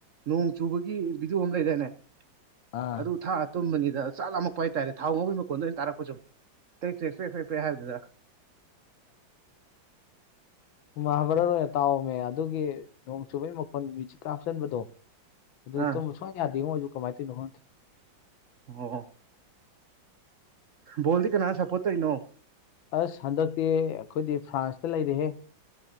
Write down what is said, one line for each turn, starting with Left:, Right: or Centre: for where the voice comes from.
Right: ꯅꯣꯡ ꯆꯨꯕꯒꯤ ꯚꯤꯗꯤꯑꯣ ꯑꯃ ꯂꯩꯗꯥꯏꯅꯦ
Left: ꯑꯥ
Right: ꯑꯗꯨ ꯊꯥꯔ ꯇꯨꯝꯕꯅꯤꯗ ꯆꯥꯛ ꯂꯝꯃꯛꯄ ꯍꯥꯏꯇꯥꯔꯦ ꯊꯥꯎ ꯉꯧꯕꯩ ꯃꯈꯣꯟꯗꯣ ꯑꯣꯏꯅ ꯇꯥꯔꯛꯄ ꯁꯨꯝ track track track track track ꯍꯥꯏꯕꯗꯨꯗ
Left: ꯃꯍꯥꯕꯥꯔꯠ ꯑꯣꯏꯅ ꯇꯥꯎꯑꯝꯃꯤ ꯑꯗꯨꯒꯤ ꯅꯣꯡ ꯆꯨꯕꯩ ꯃꯈꯣꯟ ꯃ꯭ꯌꯨꯖꯤꯛꯀ ꯍꯥꯞꯆꯟꯕꯗꯣ ꯑꯗꯨꯗꯤ
Right: ꯑꯥ
Left: ꯇꯨꯝꯕ ꯁꯨꯡꯌꯥ ꯌꯥꯗꯦꯉꯣ ꯑꯩꯖꯨ ꯀꯃꯥꯏ ꯇꯧꯏꯅꯣ ꯈꯪꯗꯦ
Right: ꯑꯣ ꯕꯣꯜꯗꯤ ꯀꯅꯥꯗ ꯁꯞꯄꯣꯔ꯭ꯠ ꯇꯩꯏꯅꯣ
Left: ꯑꯁ ꯍꯟꯗꯛꯇꯤ ꯑꯩꯈꯣꯏꯗꯤ ꯐ꯭ꯔꯥꯟꯁꯇ ꯂꯩꯔꯦꯍꯦ